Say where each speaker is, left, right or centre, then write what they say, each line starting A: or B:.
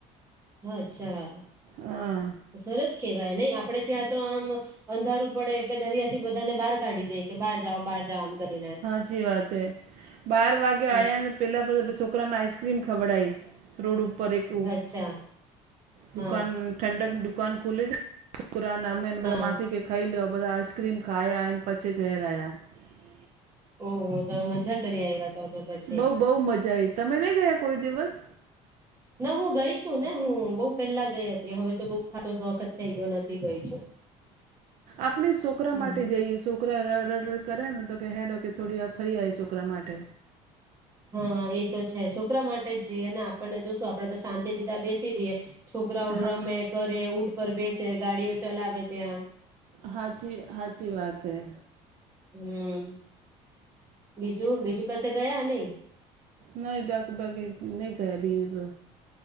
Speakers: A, on the right (about 20°); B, on the right (about 55°).
A: અચ્છા.
B: હા.
A: સરસ કેવાય નહી આપડે ત્યાં તો આમ, અંધારું પડે એટલે દરિયા થી બધાને બહાર કાઢી દે. કે બહાર જાઓ બહાર જાઓ આમ કરી. ને.
B: સાચી વાત હ, બાર વાગે
A: હમ
B: આવ્યા ને પહેલાંછ છોકરાને આઈસ્ક્રીમ ખવડઈ. રોડ ઉપર એક,
A: અચ્છા
B: દુકાન
A: હા
B: ઠંડક દુકાન ખુલ્લે. શુકરાાન અમેન
A: હા
B: બ્ર માસી કે ખાઈ લ્યો બધા આઈસક્રીમ ખાયા એ પછી ઘેરરાયાં. <unintelligible>
A: ઓ તમે મજા કરી આવ્યા તો તો પછી.
B: બઉ બહુ મજા એ તમે નહીં ગયા કોઈ દિવસ?
A: ના હું ગઈ છું ને હું બઉુ પેલા ગઈ હતી હવે તો બહ ખ વખત થઈ ગયો નથી ગઈ છું.
B: આપણે છોકરા
A: હમ
B: માટે જઈએ છોક છોકરા રડડ કરે ને તો હેડો કે થોડી વાર ફરી આવી છોકરા માટે.
A: હા એ તો છે છોકરા માટે જઈએ ને આપણને જોશું આપડે તો શાંતિ દિતા બેસી રઈએ. છોકરાઓ
B: હા
A: રમે કરે ઉઊટ પર બેસે ગાડીઓ ચલાવે ત્યાં.
B: હાચી હાચી વાત હૈ.
A: હમ, બીજું બીજું કસે ગયા નઈ?
B: નહી બાકી બાકી નહી ગયા ભી તો.